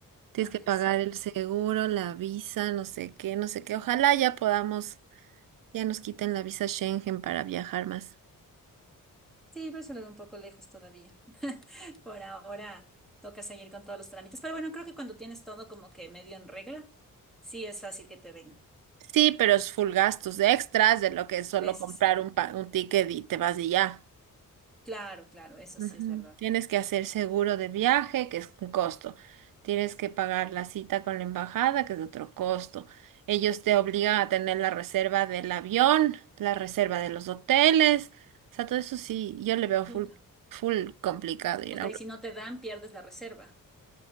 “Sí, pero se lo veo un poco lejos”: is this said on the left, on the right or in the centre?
Centre